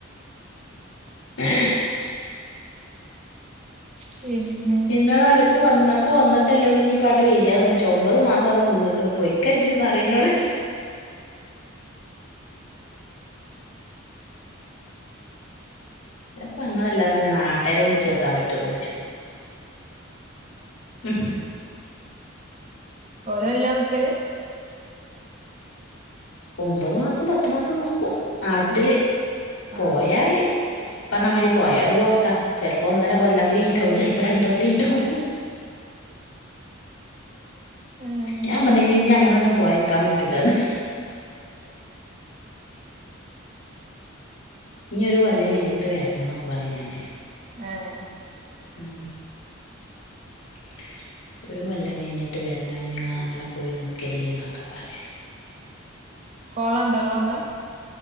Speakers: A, on the left; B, on the right.
A: ആ
B: പിന്നെ
A: എന്നന്താണ് അറിയപ്പോ വന്ന ഇപ്പൊ വിട്ടല്ലേോൂ ഇീ ഇപ്പ അവിടെ വരിയായന്ന് ചോദിച്ച ഒമ്പത് മാസം അവിടെ നിന്നക്ക പോയിക്കന്ന്റനോട് പ്പ ഇങ്ങല്ലാ പിന്നെ നാട്ടേരെ വിളിച്ചെത്താൻ പറ്റോന്ന് ചോദിച്ചു ഉ
B: ല്ല നിക്കല്
A: ഒമ്പത് മാസം പത്തു മാസം നിക്കും നാട്ടില്
B: ഉം
A: പോയാല്
B: ആഹ്
A: പറഞ്ഞാ മതി പോയവര് പോക്കാ ചിലപ്പോ ഒന്നര കൊല്ലംക്കെ കഴിഞ്ഞിട്ട വും ചിലപ്പോ രണ്ട കൊല്ലം ഞ്ഞിട്ടാവും
B: ആഹ്
A: ഞാൻ പറെങ്ക ഇനി അങ്ങനെ ഒന്നും പോയക്കാൻ പറ്റൂലന്ന് ഇഞ് ഒരു കൊല്ലം കഴിഞ്ഞിട്ട് വരണംന്നൊക്കെ പറ ഞാന്
B: ഏഹ്
A: ഉ ഉ ഒരു കൊല്ലം കഴിഞ്ഞിട്ട് വരുന്നങ്ങ അങ്ങനെ പോയി നക്കല്ലേന്നൊക്കെ പറയും
B: കോളണ്ടോങ്കളടെ